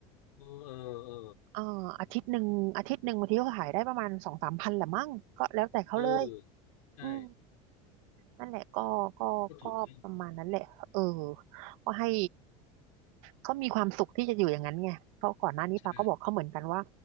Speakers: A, on the left; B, on the right.
A: เออเออเออ
B: เอ่ออาทิตย์หนึ่งอาทิตย์หนึ่งบางทีเขาขายได้ประมาณสองสามพันแหละมั้งก็แล้วแต่เขาเลย
A: เออใช่
B: อืม นั่นแหละก็ก็ก็ประมาณนั้นแหละเออ
A: ก็ถูกต้อง
B: ก็ให้เขามีความสุขที่จะอยู่อย่างนั้นไงเพราะก่อนหน้านี้ปาก็บอกเขาเหมือนกันว่า
A: ใช่